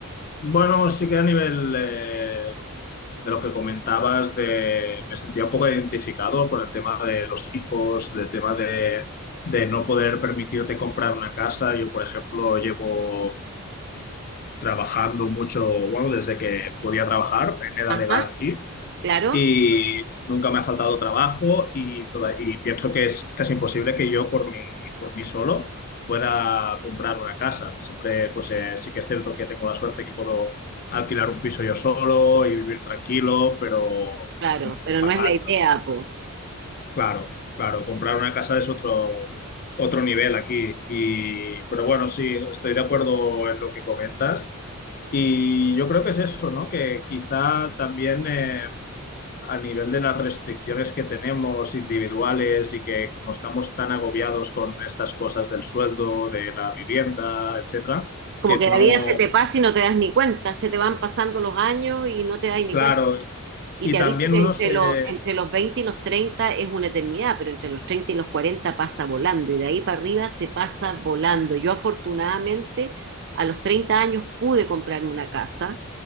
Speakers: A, on the left (about 40°); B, on the right (about 50°).
A: Bueno, sí que a nivel eh, de lo que comentabas, de, me sentía un poco identificado con el tema de los hijos, del tema de, de no poder permitirte comprar una casa. Yo, por ejemplo, llevo trabajando mucho, bueno, desde que podía trabajar en edad
B: Ajá,
A: legal aquí
B: claro.
A: y nunca me ha faltado trabajo y, toda- y pienso que es casi imposible que yo por mí, por mí solo pueda comprar una casa. Siempre, pues eh, sí que es cierto que tengo la suerte que puedo alquilar un piso yo solo y vivir tranquilo, pero
B: Claro,
A: mm,
B: pero
A: pagar,
B: no es la idea, po.
A: claro, claro, comprar una casa es otro... otro nivel aquí y pero bueno, sí, estoy de acuerdo en lo que comentas. Y yo creo que es eso, ¿no? Que quizá también eh, a nivel de las restricciones que tenemos individuales y que como estamos tan agobiados con estas cosas del sueldo, de la vivienda, etcétera,
B: Como
A: que
B: que
A: no,
B: la vida se te pasa y no te das ni cuenta, se te van pasando los años y no te das ni
A: claro,
B: cuenta. Y
A: y
B: te aviso
A: también
B: que
A: uno
B: entre
A: se...
B: los, entre los 20 y los treinta es una eternidad, pero entre los 30 y los 40 pasa volando y de ahí para arriba se pasa volando. Yo afortunadamente a los 30 años pude comprarme una casa.